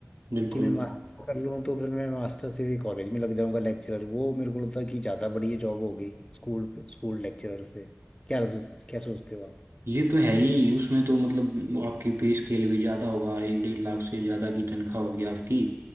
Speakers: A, on the right; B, on the left.
A: बिल्कुल
B: कि मैं मास्टर कर लूँ तो फिर मैं मास्टर से भी कॉलेज में लग जाऊंगा लेक्चरर वो मेरे को लगता है कि ज़्यादा बढ़िया जॉब होगी स्कूल स्कूल लेक्चरर से क्या सोच क्या सोचते हो आप
A: ये तो है ही उसमें तो मतलब वो आपकी पे स्केल भी ज्यादा होगा एक डेढ़ लाख से ज्यादा की तनख्वाह होगी आपकी